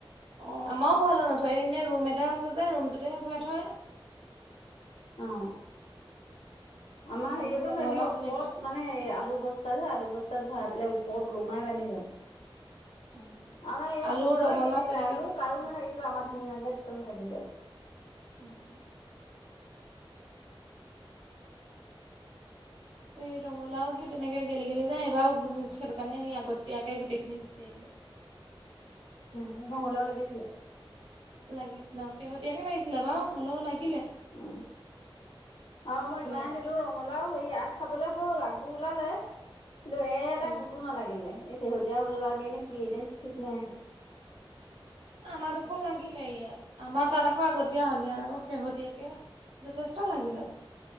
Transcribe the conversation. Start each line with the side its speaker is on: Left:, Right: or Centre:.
Right: অ আমাৰো ভৰা ল নথয় এনেই ৰুম এটা আছে যে ৰুমটোতেহে ঘূৰাই থয়।
Left: অ আমাৰ
Right: আলু
Left: হেৰিয়তো
Right: ৰঙালাও
Left: এনে ওপৰত
Right: তেনেকে
Left: মানে আলু বস্তা যে আৰু বস্তাত ভৰাই পেলাই ওপৰত ওলোমাই বান্ধি থই
Right: উম
Left: আমাৰ ইয়াত
Right: আলু
Left: বহুতৰে
Right: ৰঙালাও
Left: গেলি
Right: তেনেকে
Left: যায় আলু
Right: চব
Left: কাৰো নাথাকে কিন্তু আমাৰ ধুনীয়াকে একদম থাকি যায়
Right: উম। এই ৰঙালাও সেই তেনেকে গেলি-গেলি যায় এইবাৰো সেইটো কাৰণে সি আগতীয়াকে গোটেই খিনি বেচিয়ে দিলো৷
Left: উম ঘাম ওলাব লাগিছিলে
Right: লাগিছিল ন শেহতীয়াকে লাগিছিলে বাও হ'লেও লাগি
Left: উ অ মই
Right: দুহেজাৰ
Left: ইমান দিলো
Right: মান।
Left: ৰঙালাও সেই আগ খাবলে হ'ল আও ওলালে দে এটা
Right: উম।
Left: কতো নালাগিলে শেহতীয়া হ'ল কাৰণে নে কি এনেই ঠিক নাই
Right: আমাৰ দুখন লাগিলে ইয়াত আমাৰ তাত আকৌ আগতীয়া হল ইয়াত আকৌ শেহতীয়াকে যথেষ্ট লাগিলে।